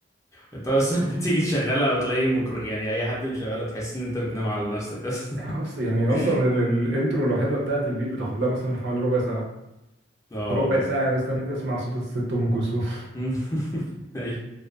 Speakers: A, on the left (about 15°); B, on the right (about 65°).
A: أنت أصلا <laughs> تيجي تشغلها أو تلاقي مكرو... يعني أي حد مشغلها تحس إن أنت بتنام على نفسك أصلا
B: اصلا يعني اصلا
A: <laughs>
B: ال- ال- الانترو الوحيدة بتاعت البيت بتاخد لها مثلا حوالي ربع ساعة
A: أه
B: ربع ساعة مستني تسمع صوت الست ام كلثوم
A: <laughs> أيوه